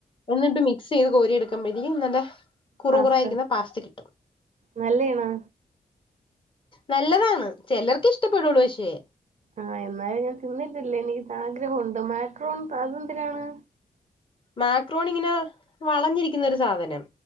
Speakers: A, on the left (about 35°); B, on the right (about 50°).
A: എന്നിട്ട് മിക്സെയ്ത് കോരിയെടുക്കുമ്പോഴ്‌ത്തേക്കിനും നല്ല കുറു
B: പാസ്ത
A: കുറായിരിക്കുന്ന പാസ്ത കിട്ടും
B: നല്ലയാണാ?
A: നല്ലതാണ് ചെലർക്ക് ഇഷ്ടപ്പെടുള്ളൂ പക്ഷേ
B: ആഹ് എന്നാലും ഞാൻ തിന്നിട്ടില്ല എനിക്കാഗ്രഹവുണ്ട് മാക്രോൺ അതെന്തിനാണ്?
A: മാക്രോണിങ്ങനെ വളഞ്ഞിരിക്കുന്നൊരു സാധനം